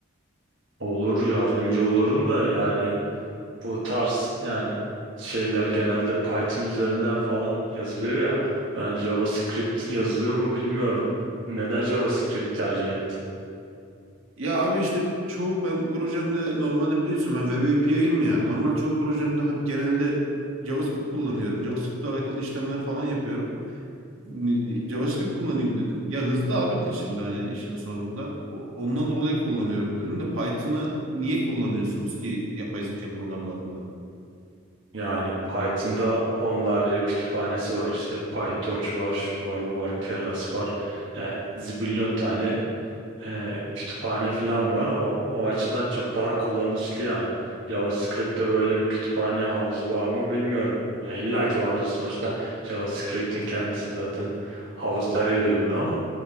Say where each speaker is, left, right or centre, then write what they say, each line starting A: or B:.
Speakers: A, on the right; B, on the right.
A: Olur yardımcı olurum da yani bu tarz yani şeyler genelde Python üzerinden falan yazılıyor ya. Ben JavaScript yazılıyor mu bilmiyorum. Neden JavaScript tercih ettim?
B: Ya abi işte çoğu ben projemde normalde biliyorsun ben web API'yim ya. Normal çoğu projemde hep genelde JavaScript kullanıyorum. JavaScript'le alakalı işlemler falan yapıyorum. Ni- JavaScript kullanayım dedim. Ya hızlı abi dil şimdi hani işin sonunda. O- Ondan dolayı kullanıyorum dedim de Python'ı niye kullanıyorsunuz ki yapay zeka programlarında?
A: Yani Python'da onlarca kütüphanesi var işte PyTorch var, şu var, bu var, Keras var. Yani zibilyon tane e, kütüphane falan var. O, o açıdan çok daha kullanışlı yani. JavaScript'te böyle bir kütüphane havuzu var mı bilmiyorum. Ya illa ki vardır sonuçta. JavaScript'in kendisi zaten havuzlarıyla ünlü ama